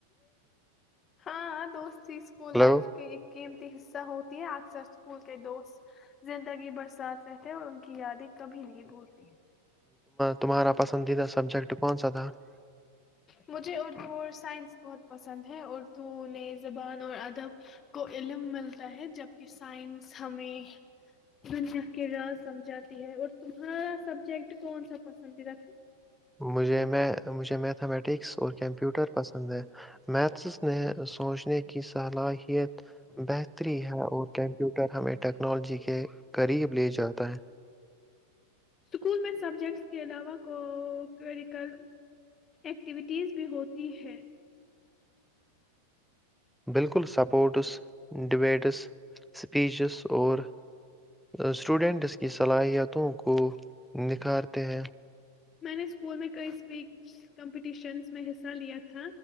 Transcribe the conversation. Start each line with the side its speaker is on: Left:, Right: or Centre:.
Left: ہاںاں دوست <inaudible> اسی اسکول
Centre: ہلو
Left: لائف کے ایک قیمتی حصہ ہوتی ہے اکثر اسکول کے دوست زندگی برساتھ رہتے ہیں اور ان کی یادیں کبھی نہیں بھولتی
Centre: تمہارا پسندیدہ سبجیکٹ کون سا تھا <inaudible>
Left: مجھے اردو اور سائنس بہت پسند ہے اردو نئے زبان اور ادب کو علم ملتا ہے جبک سائنس ہمیں دنیا کے راز سمجھاتی ہے اور تمہارا سبجیکٹ کون سا پسندیدہ تھا
Centre: مجھے <inaudible> میں مجھے میتھمیٹکس اور کمپیوٹر پسند انند <inaudible> میتھس نے سوچنے کی صلاحیت بہتری ہے اور کمپیو <inaudible> ٹر ہمیں ٹیکنالوجی کے قریب لے جاتا ہے
Left: اسکول میں سبجیکٹس کے علاوہ کوکوریکل ایکٹیویٹیز بھی ہوتی ہیں
Centre: بالکل سپورٹس ڈبیٹس اسپیچس اور اسٹوڈنٹس کی صلاحیتوں کو نکھارتے ہیں
Left: میں نے اسکول میں کئی اسپیچ کمپٹیشنس میں حصہ لیا تھا